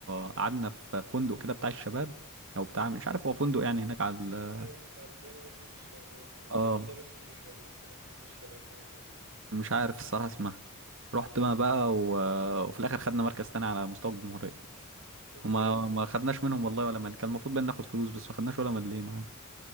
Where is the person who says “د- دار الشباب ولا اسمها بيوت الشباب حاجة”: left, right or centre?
Right